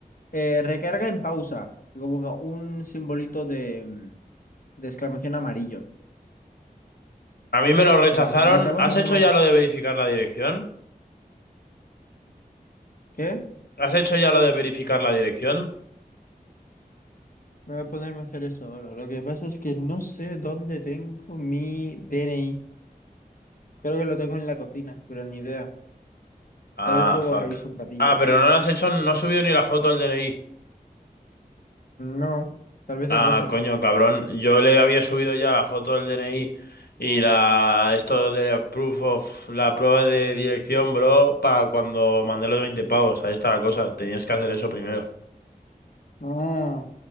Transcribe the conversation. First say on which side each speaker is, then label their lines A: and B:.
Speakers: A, on the left; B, on the left.
A: eh, recarga en pausa, y como que un simbolito de, mm, de exclamación amarillo.
B: A mí me lo rechazaron.
A: Y me dice, necesitamos
B: ¿Has
A: información.
B: hecho ya lo de verificar la dirección?
A: ¿Qué?
B: ¿Has hecho ya lo de verificar la dirección?
A: Me voy a ponerme a hacer eso ahora. Lo que pasa es que no sé dónde tengo mi DNI. Creo que lo tengo en la cocina, pero ni idea.
B: Ah,
A: Tal vez luego
B: fuck.
A: reviso un ratillo.
B: Ah, pero no lo has hecho, no has subido ni la foto del DNI.
A: No, tal vez
B: Ah,
A: es eso.
B: coño, cabrón. Yo le había subido ya la foto del DNI y la esto de proof of la prueba de dirección, bro, para cuando mandé los 20 pavos. Ahí está la cosa. Tenías que hacer eso primero.
A: Ah,